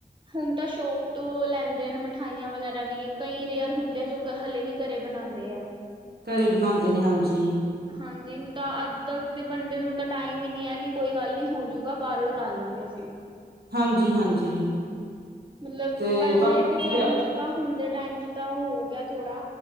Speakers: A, on the right; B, on the right.
A: ਹੁਣ ਤਾਂ ਸ਼ੋਪ ਤੋਂ ਲੈਂਦੇ ਨੇ ਮਿਠਾਈਆਂ ਵਗੈਰਾ ਵੀ ਕਈ ਰੇਅਰ ਹੁੰਦੇ ਆ ਜੋ ਹਲੇ ਵੀ ਘਰੇ ਬਣਾਦੇ ਆ।
B: ਘਰੇ ਬਣਾਦੇ ਨੇ ਹਾਂਜੀ।
A: ਹਾਂਜੀ ਤਾਂ ਅੱਜ ਤੱਕ ਦੇ ਬੰਦੇ ਨੂੰ ਤਾਂ ਟਾਈਮ ਹੀ ਨੀ ਹੈ ਕਿ ਕੋਈ ਗੱਲ ਨਹੀ ਹੋਜੂਗਾ ਬਾਹਰੋਂ ਹੀ ਕਰ ਲਾਂਗੇ ਅਸੀਂ।
B: ਹਾਂਜੀ ਹਾਂਜੀ।
A: ਮਤਲਬ
B: ਤੇ
A: ਪਹਿਲੇ
B: ਬਾਕੀ
A: ਦੇ ਟਾਈਮ ਚ ਤਾਂ ਹੁਣ ਦੇ ਟਾਈਮ ਚ ਤਾਂ ਹੋ ਗਿਆ ਥੋੜਾ,